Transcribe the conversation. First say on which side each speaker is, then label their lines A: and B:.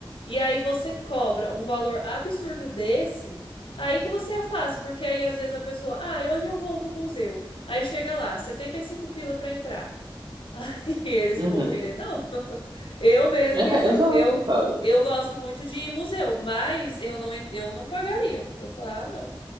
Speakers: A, on the left (about 80°); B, on the right (about 60°).
A: E aí você cobra um valor absurdo desse, aí que você afasta, porque aí às vezes a pessoa, ah, hoje eu vou no museu. Aí chega lá, 75 pila pra entrar. <laughs> E eles
B: uhum.
A: não vão querer, não. Eu mesmo
B: É,
A: ia ser.
B: exato,
A: Eu,
B: cara.
A: eu gosto muito de ir em museu, mas eu não, en- eu não pagaria. Eu falar, ah, não.